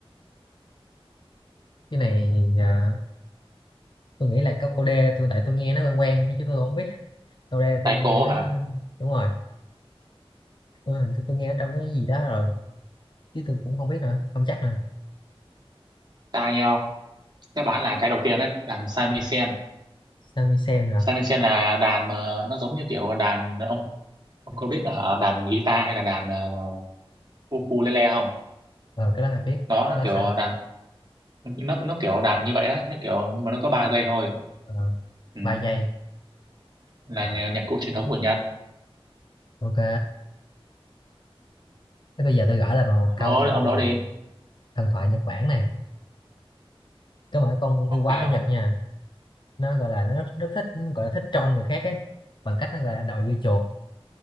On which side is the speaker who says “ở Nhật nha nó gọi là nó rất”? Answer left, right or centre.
Left